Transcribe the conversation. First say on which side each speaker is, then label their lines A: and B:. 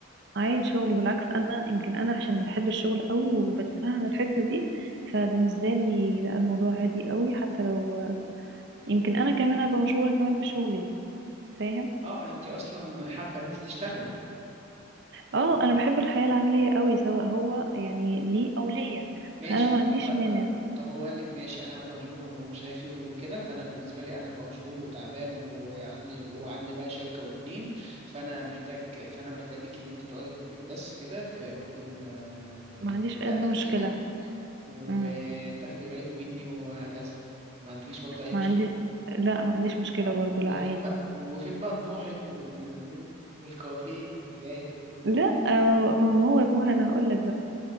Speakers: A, on the right; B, on the right.
A: عايز شغل بالعكس انا يمكن انا عشان بحب الشغل قوي وبتفهم الحتة دي فبالنسبة لي لا الموضوع عادي قوي حتى لو يمكن انا كمان ابقى مشغولة كمان في شغلي فاهم
B: اه انت اصلا حابه ان انت تشتغلي
A: اه انا بحب الحياة العملية قوي سواء هو يعني لي او ليا
B: ماشي
A: فانا
B: طب
A: ما عنديش
B: هو
A: مانع
B: طب طب هو قال لك ماشي انا هبقى مشغول ومش عارف ايه وكده فانا بالنسبه لي انا هبقى مشغول وتعبان وعندي وعندي بقى شركه واتنين فانا محتاج فانا محتاجك ان انت تقعدي في البيت بس كده تربي ال-
A: ما عنديش قد
B: بقى بنتنا
A: مشكلة
B: وتاخدي
A: امم
B: بالك مني وهكذا ما عندكيش برضه اي
A: ما
B: مشكله
A: عندي لا ما عنديش مشكلة
B: طب
A: برضو
B: وفين
A: لا عادي
B: بقى وفين بقى طموحك وال... والكوافير والحاجات والشوبينج
A: لا آه، ما هو ما هو يا طه انا هقول لك